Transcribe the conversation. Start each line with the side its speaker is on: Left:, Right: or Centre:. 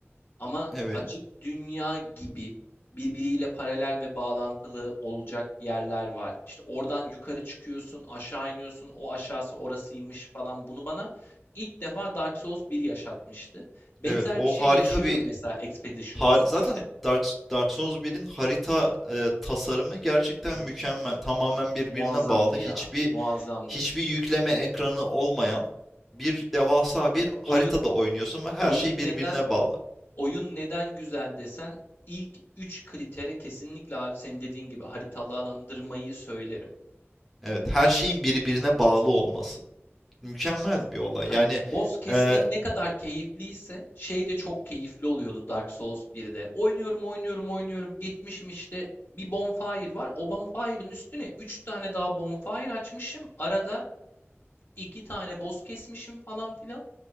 Left: Ama
Centre: evet.
Left: açık dünya gibi birbiriyle paralel ve bağlantılı olacak yerler var. İşte oradan yukarı çıkıyorsun, aşağı iniyorsun, o aşağısı orasıymış falan. Bunu bana ilk defa Dark Souls bir yaşatmıştı. Benzer
Centre: Evet o
Left: bir şey
Centre: harika
Left: yaşıyorum
Centre: bir
Left: mesela Expedition
Centre: har
Left: 33'te.
Centre: zaten Dark, Dark Souls birin harita e, tasarımı gerçekten
Left: Abi,
Centre: mükemmel. Tamamen birbirine
Left: muazzamdı
Centre: bağlı.
Left: ya,
Centre: Hiçbir
Left: muazzamdı.
Centre: hiçbir yükleme ekranı olmayan bir devasa
Left: Hani
Centre: bir haritada
Left: oyun
Centre: oynuyorsun ve her
Left: oyun
Centre: şey birbirine
Left: neden
Centre: bağlı.
Left: oyun neden güzel desen ilk 3 kritere kesinlikle abi senin dediğin gibi haritalandırmayı söylerim.
Centre: Evet, her şeyin birbirine bağlı olması. Mükemmel bir olay.
Left: Hani
Centre: Yani
Left: boss kesmek
Centre: e,
Left: ne kadar keyifliyse şey de çok keyifli oluyordu Dark Souls birde. Oynuyorum, oynuyorum, oynuyorum. Geçmişim işte bir bonfire var. O bonfire'ın üstüne Üç tane daha bonfire açmışım. Arada 2 tane boss kesmişim falan filan.